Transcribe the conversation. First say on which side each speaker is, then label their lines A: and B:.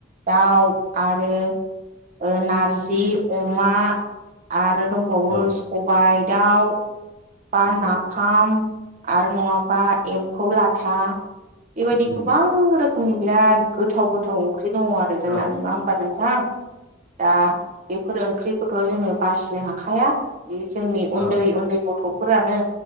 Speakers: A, on the right; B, on the left.
A: दाउ आरो ओ नारजि अमा आरो दंबावो
B: औ
A: सबाय दाउ बा
B: नंगौ
A: नाफाम आरो नङाबा एम्फौ लाथा बेबायदि
B: उम
A: गोबां रोखोमनि बिराद गोथाव गोथाव ओंख्रि दङ आरो जोंना
B: औ
A: नङा होमबा नों थां दा बेफोर ओंख्रिखौथ' जोङो बासिनो हाखाया बे जोंनि उन्दै
B: औ
A: उन्दै गथ'फोरानो